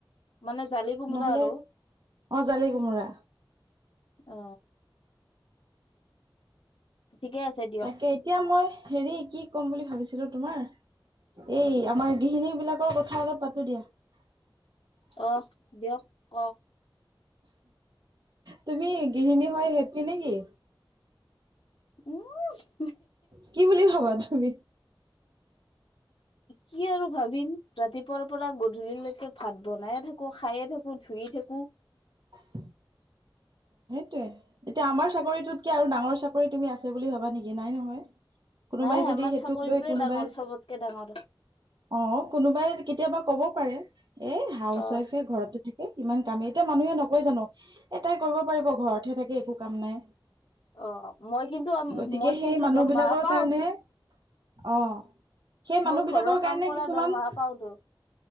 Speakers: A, on the left; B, on the right.
A: মানে জালি কোমোৰা
B: নহলে
A: আৰু
B: অ জালি কোমোৰা
A: অ ঠিকে আছে দিয়ক
B: তাকে এতিয়া মই হেৰি কি ক'ম বুলি ভাবিছিলো তোমাৰ এই আমাৰ গৃহিণী বিলাকৰ কথা অলপ পাতো দিয়া
A: আহ দিয়ক ক
B: তুমি গৃহিণী হৈ হেপী নেকি
A: উম
B: কি বুলি ভাবা তুমি
A: কি আৰু ভাবিম ৰাতিপুৱাৰ পৰা গধূলিলৈকে ভাত বনাইে থাকো খায়ে থাকো ধুয়ে থাকো
B: <inaudible> সয়ে এতিয়া আমাৰ চাকৰিটোতকে আৰু ডাঙৰ চাকৰি তুমি আছে বুলি ভবা নেকি নাই নহয় কোনোবাই
A: নাই
B: যদি
A: আমাৰ
B: সেইটোক
A: চাকৰিটোৱে
B: লৈ কোনোবাই
A: ডাঙৰ চবতকে ডাঙৰ
B: অ কোনোবাই কেতিয়াবা ক'ব পাৰে এ হাউচ
A: অ
B: ৱাইফে ঘৰতে থাকে ইমান কামেই এতিয়া মানুহে নকয় জানো এটাই কৰিব পাৰিব ঘৰতহে থাকে একো কাম নাই
A: অ মই কিন্তু
B: গতিকে
A: মই
B: সেই
A: কিন্তু
B: মানুহ
A: দৰমাহা
B: বিলাকৰ
A: পাও
B: কাৰণে অ সেই
A: মই
B: মানুহ
A: ঘৰৰ
B: বিলাকৰ
A: কাম
B: কাৰণে
A: কৰা
B: কিছুমান
A: দৰমাহা পাওতো